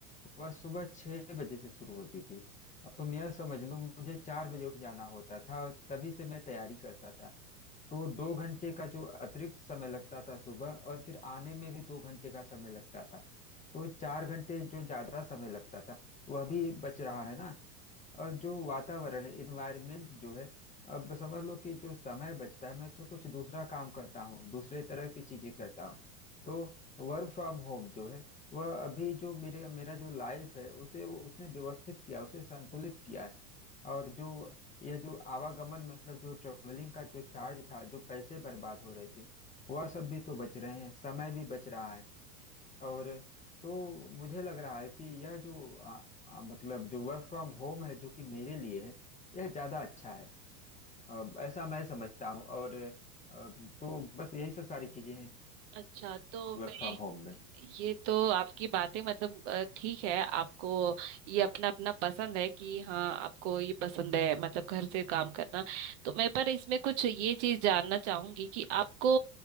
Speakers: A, on the left (about 15°); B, on the right (about 50°).
A: वह सुबह छः बजे से शुरू होती थी अब तुम यह समझ लो मुझे चार बजे उठ जाना होता था और तभी से मैं तैयारी करता था तो दो घंटे का जो अतिरिक्त समय लगता था सुबह और फिर आने में भी दो घंटे का समय लगता था तो चार घंटे जो ज्यादा समय लगता था वह भी बच रहा है ना और जो वातावरण है इन्वायरमेंट जो है अब समझ लो कि जो समय बचता है मैं इसमें कुछ दूसरा काम करता हूँ दूसरे तरह की चीजें करता हूँ तो वर्क फ्रॉम होम जो है वह अभी जो मेरे मेरा जो लाइफ है उसे वो उसने व्यवस्थित किया उसे संतुलित किया है और जो यह जो आवागमन मतलब जो ट्रेवलिंग का जो चार्ज था जो पैसे बर्बाद हो रहे थे वह सब भी तो बच रहे हैं समय भी बच रहा है और तो मुझे लग रहा है कि यह जो आ, आ, मतलब जो वर्क फ्रॉम होम है जो कि मेरे लिए है यह ज़्यादा अच्छा है अ, ऐसा मैं समझता हूँ और अ, तो बस यही सब सारी चीज़ें हैं
B: अच्छा तो
A: वर्क
B: मैं
A: फ्रॉम होम में
B: ये तो आपकी बातें मतलब अ, ठीक है आपको ये अपना अपना पसंद है कि हाँ आपको ये पसंद है मतलब घर से काम करना तो मैं पर इसमें कुछ ये चीज जानना चाहूंगी कि आपको